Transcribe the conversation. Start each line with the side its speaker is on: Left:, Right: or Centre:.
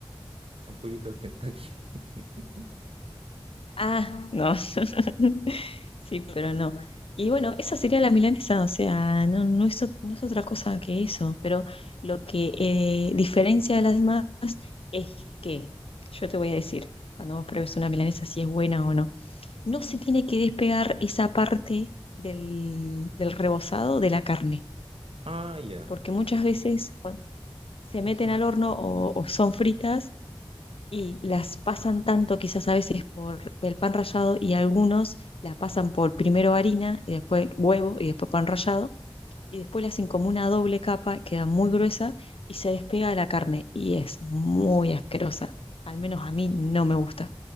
Right: A un poquito del Kentucky. <laughs>
Left: Ah, no. <laughs> Sí, pero no. Y bueno, esa sería la milanesa, o sea, no, no es, o- no es otra cosa que eso, pero lo que eh, diferencia de las demás es que, yo te voy a decir, cuando vos pruebes una milanesa si es buena o no, no se tiene que despegar esa parte del, del rebozado de la carne,
Right: Ah, ya.
Left: porque muchas veces cuando se
Right: Ese-
Left: meten al horno o, o son fritas y las pasan tanto quizás a veces por el pan rallado y algunos la pasan por primero harina y después huevo y después pan rallado y después le hacen como una doble capa, queda muy gruesa y se despega de la carne y es muy asquerosa. Al menos a mí no me gusta.